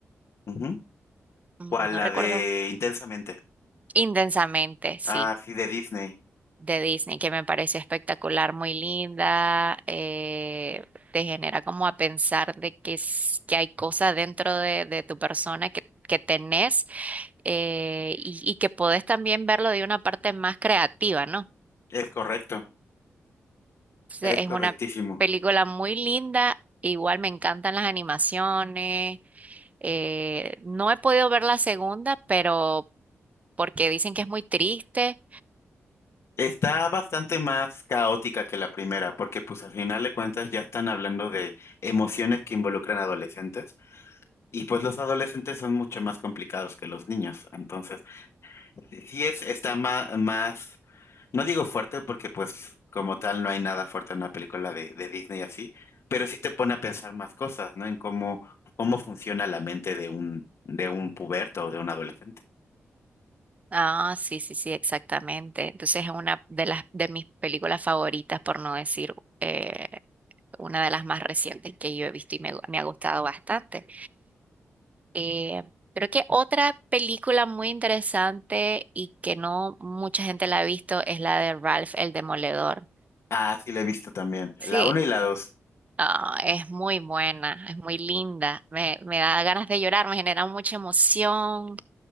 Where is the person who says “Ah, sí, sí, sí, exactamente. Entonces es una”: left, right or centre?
Right